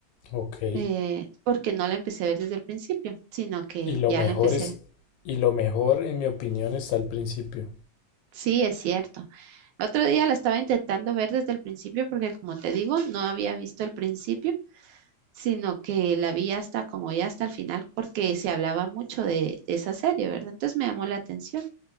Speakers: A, on the left; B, on the right.
A: Ok.
B: eh, porque no la empecé a ver desde el principio, sino que
A: Y lo
B: ya
A: mejor
B: la empecé.
A: es, y lo mejor, en mi opinión, está al principio.
B: Sí, es cierto. Otro día la estaba intentando ver desde el principio porque, como te digo, no había visto el principio, sino que la vi hasta como ya hasta el final porque se hablaba mucho de de esa serie, ¿verdad? Entonces me llamó la atención.